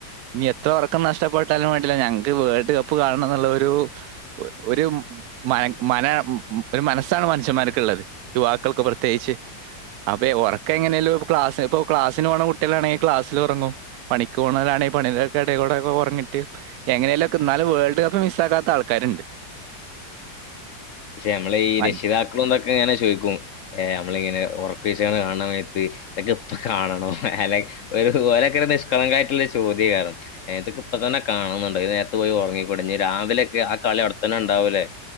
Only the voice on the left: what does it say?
പക്ഷെ നമ്മള ഈ
രക്ഷിതാക്കളുംന്തൊക്കെ എങ്ങനെ ചോദിക്കും നമ്മളിങ്ങനെ ഉറക്ക ഒഴിച് കാണമത്ത് ഇതൊക്കെ ഇപ്പ കാണണ അല്ലെ ഒരു ഓലക്കോ നിഷ്കളങ്കകായിട്ടുള്ള ഒരു ചോദ്യ കാരണം ക്ക ഇപ്പ തന്നെ കാണുന്നുണ്ടോ ഇ നേരത്തത്ത് പോയി ഉറങ്ങിക്കൊടിഞ്ഞ് രാവിലെൊക്കെ ആ കളി അവിടെത്തന്നെ ഉണ്ടാവൂലേ